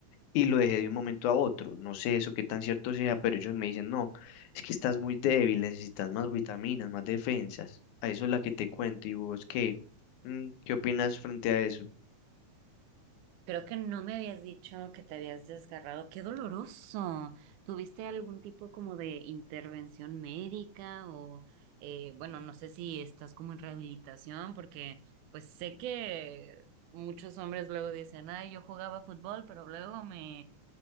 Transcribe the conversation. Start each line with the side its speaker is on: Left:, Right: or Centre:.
Left: y lo dejé de un momento a otro. No sé eso qué tan cierto sea, pero ellos me dicen, no, es que estás muy débil, necesitas más vitaminas, más defensas. A eso es la que te cuento. ¿Y vos qué? Mm, ¿Qué opinas frente a eso?
Right: Creo que no me habías dicho que te habías desgarrado. ¡Qué doloroso! ¿Tuviste algún tipo como de intervención médica o, eh, bueno, no sé si estás como en rehabilitación, porque pues sé que muchos hombres luego dicen, ay, yo jugaba fútbol, pero luego me,